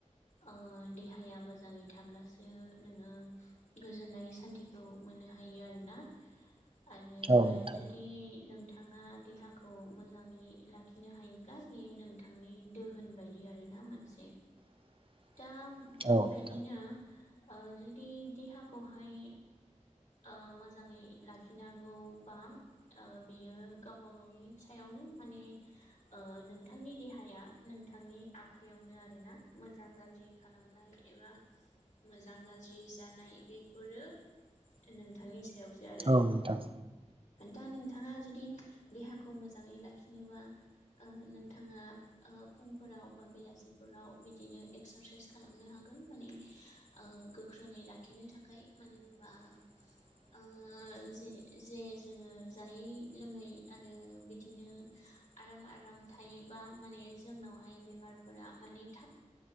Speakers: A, on the left (about 70°); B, on the right (about 45°).
A: ओ देहाया मोजाङै थाब्लासो नोङो गोजोननाय सान्थिखौ मोननो हायो आरोना आरो
B: औ नोंथां
A: जुदि नोंथाङा देहा खौ मोजाङै लाखिनो हायोब्ला बेयो नोंथांनि दोहोन बायदि आरोना मोनसे।
B: <inaudible>
A: दा बेबायदिनो
B: औ नोंथां
A: ओ जुदि देहाखौहाय ओ मोजाङै लाखिनांगौबा ओ बियो गावबा गावनि सायावनो। माने ओ नोंथांनि देहाया नोंथांनि आखाइयावनो आरोना मोजां गाज्रि खालामनाय एबा मोजां गाज्रि जानाय बेफोरो नोंथांनि सायावसो आरो।
B: औ नोंथां
A: दा नोंथाङा जुदि देहाखौ मोजाङै लाखिनोबा ओ नोंथाङा फुंफोराव बा बेलासिफोराव बिदिनो एक्सारसाइस खालामनो हा गोन माने गोख्रोङै लाखिनो थाखाय मानो होमबा
B: <inaudible>
A: ओ जे जे जोङो जायै लोङै आरो बिदिनो आराम आराम थायोबा माने जोंनावहाय बेमारफोरा माने थाब